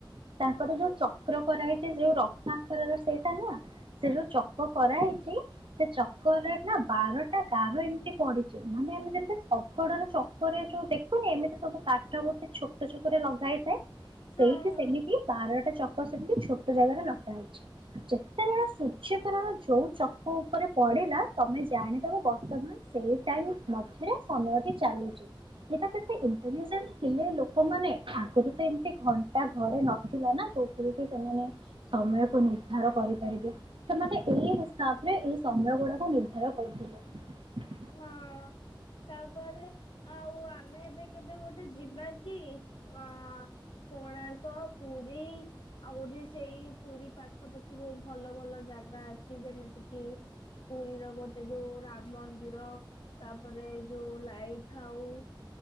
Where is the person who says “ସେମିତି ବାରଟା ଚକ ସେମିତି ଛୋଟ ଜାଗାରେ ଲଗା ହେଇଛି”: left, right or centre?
Right